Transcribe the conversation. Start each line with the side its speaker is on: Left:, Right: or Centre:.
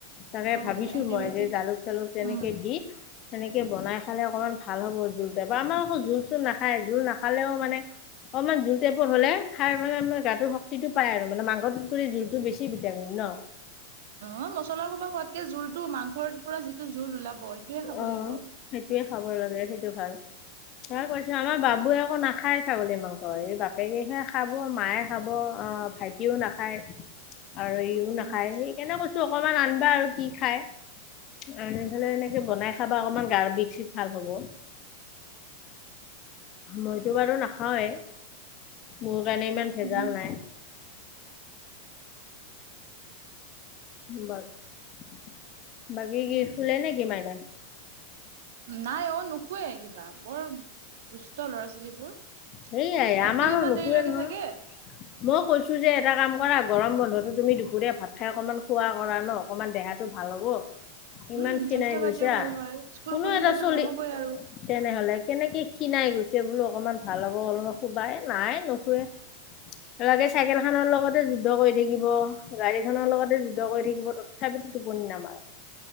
Left: তাকে
Right: অ
Left: ভাবিছো
Right: সেই এণ্টিবায়টিক
Left: মই যে জালুক - চালুক তেনেকে
Right: উম
Left: দি সেনেকে বনাই খালে অকণমান ভাল হ'ব জোলতে বা আমাৰ আকৌ জোল - চোল নাখায়, জোল নাখালেও মানে অকণমান জোল টাইপত হ'লে খাই মানে আমাৰ গাটোৰ শক্তিটো পায় আৰু মানে মাংসটোত কৰি জোলটো বেছি ভিটামিন ন।
Right: অ মছলা সোবা হোৱাতকে জোলটো মাংসৰ পুৰা যিটো জোল ওলাব সেইটোয়ে খাব
Left: অ',
Right: লাগিব।
Left: সেইটোয়ে খাব লাগে সেইটো ভাল। তা কৈছো আমাৰ বাবে একো নাখায় ছাগলী মাংস এই বাপেকেহে খাব, মায়ে খাব অ ভাইটিও নাখায় আৰু ইও নাখায়
Right: উম
Left: সেইকাৰণে কৈছোঁ অকণমান আনিবা আৰু কি খায়? আনিফালে এনেকে বনাই খাবা অকনমান গাৰ বিষ - চিক ভাল হব। মইতো বাৰু নাখাওৱেই, মোৰ কাৰণে ইমান ভেজাল
Right: উহু
Left: নাই। বাৰু, বাকী কি শুলে নেকি মাইনাই?
Right: নাই অ নোশুৱে কিবা, বৰ দুষ্ট ল'ৰা - ছোৱালীবোৰ।
Left: সেইয়াই
Right: ৰাতিও
Left: আমাৰো
Right: ইমান
Left: নুশুৱে
Right: দেৰিলৈকে
Left: নহয়।
Right: থাকে
Left: মই কৈছো যে এটা কাম কৰা গৰম বন্ধতো তুমি দুপৰীয়া ভাত খাই অকনমান খোৱা কৰা ন। অকমান দেহাতটো ভাল হ'ব। ইমান
Right: উম
Left: খিনাই
Right: স্বাস্থ্য
Left: গৈছা
Right: পাতিও ভাল হয় স্কুল
Left: কোনো
Right: খুলিলেতো
Left: এটা চলি।
Right: নহবই আৰু
Left: তেনেহলে কেনেকে খিনাই গৈছে বোলো অকমান ভাল হ'ব অলপমান শোবাই নাই নুশুৱে। লগে চাইকেল খনৰ লগতে যুদ্ধ কৰি থাকিব গাড়ী খনৰ লগতে যুদ্ধ কৰি থাকিব তত তথাপিতো টোপনি নামাৰে।